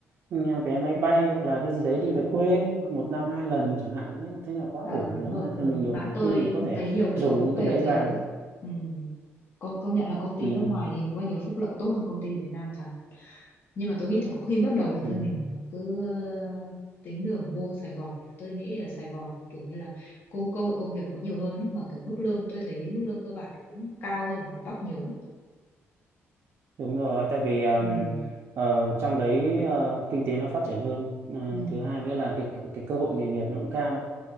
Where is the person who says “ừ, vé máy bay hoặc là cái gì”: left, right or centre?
Right